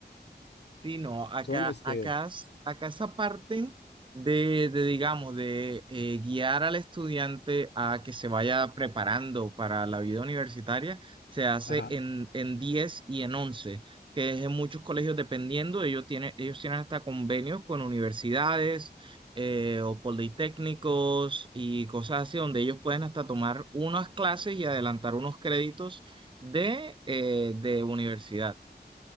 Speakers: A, on the right; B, on the left.
A: Sí, no, acá,
B: son este,
A: acá, es- acá esa parte de, de, digamos, de eh, guiar al estudiante a que se vaya preparando para la vida universitaria, se hace
B: ajá,
A: en, en 10 y en 11, que es en muchos colegios dependiendo, ellos tienen, ellos tienen hasta convenios con universidades eh, o politécnicos y cosas así, donde ellos pueden hasta tomar unas clases y adelantar unos créditos de, eh, de universidad.